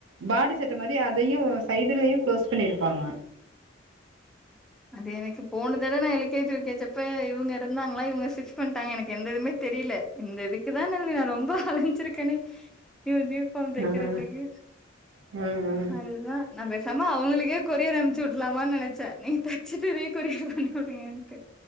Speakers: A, on the right; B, in the centre.
A: பாடி செட்ட மாரி அதையு சைடுலயு க்ளோஸ் பண்ணிருப்பாங்க
B: அது எனக்கு போனதட நா L K G U K G அப்ப இவுங்க இருந்தாங்ளா இவுங்க ஸ்டிட்ச் பண்ட்டாங்க எனக்கு எந்ததுமே தெரில இந்த இதுக்கு தா நல்லி நா ரொம்ப அல ஞ்சிருக்கனே யூனிஃபாம் தக்கிறத்துக்கு
A: ஆ ம் ம்
B: அதுதா நா பேசாம அவுங்களுக்கே கொரியர் அம்ச்சு வுட்ருலாமான் நெனச்சே நீ த ச்சிட்டு ரீ கொரியர் பண்ணி வுடுங்கன்ட்டு